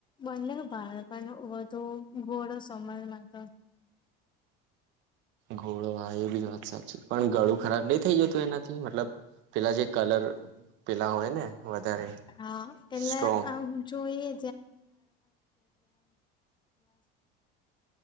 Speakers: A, on the left; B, on the right.
A: બંને બાળપણ વધુ ઘોડો સમય માતો
B: ઘોડો આ વેબી વાત સાચી પણ ગળું ખરાબ નઈ થઇ જતું એનાથી મતલબ પેલા જે કલર પેલા હોય ને વધારે
A: હા એટલે
B: સ્ટ્રોંગ
A: આમ જોઈએ